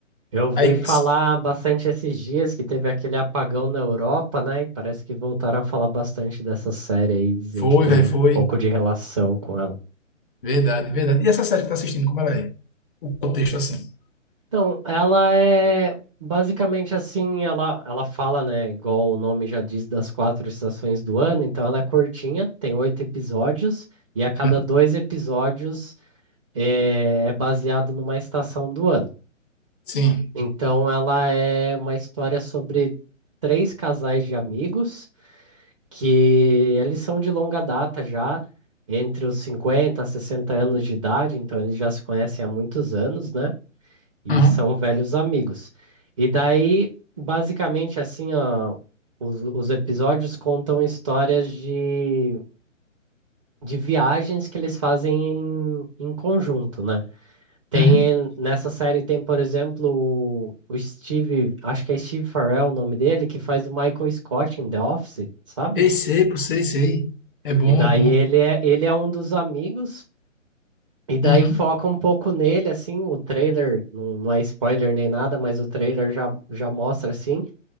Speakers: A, on the right; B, on the left.
A: Eu ouvi
B: Aí
A: falar
B: tss,
A: bastante esses dias que teve aquele apagão na Europa, né? E parece que voltaram a falar bastante dessa série aí, dizem
B: foi,
A: que tem
B: velho,
A: um
B: foi.
A: pouco de relação com ela.
B: Verdade, verdade. E essa série que tá assistindo, como ela é? O contexto assim.
A: Então, ela é basicamente assim, ela, ela fala, né? Igual o nome já diz, das quatro estações do ano, então ela é curtinha, tem oito episódios, e a cada
B: Uhum.
A: dois episódios é, é baseado numa estação do ano.
B: Sim.
A: Então, ela é uma história sobre três casais de amigos que eles são de longa data já, entre os 50 a 60 anos de idade, então eles já se conhecem há muitos anos, né? E
B: Uhum.
A: são velhos amigos. E daí, basicamente, assim, ó, os, os episódios contam histórias de, de viagens que eles fazem em, em conjunto, né? Tem,
B: Uhum.
A: em- nessa série tem, por exemplo, o, o Steve, acho que é Steve Farrell o nome dele, que faz o Michael Scott em The Office, sabe?
B: Ei, sei, pô, sei, sei. É bom,
A: E daí
B: é bom.
A: ele é, ele é um dos amigos, e daí
B: Uhum.
A: foca um pouco nele, assim, o trailer, não, não é spoiler nem nada, mas o trailer já, já mostra, assim,